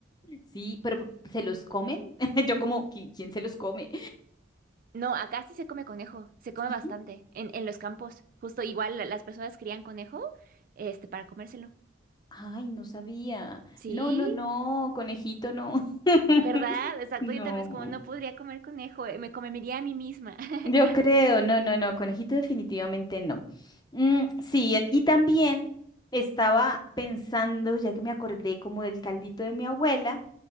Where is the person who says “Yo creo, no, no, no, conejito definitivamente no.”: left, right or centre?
Left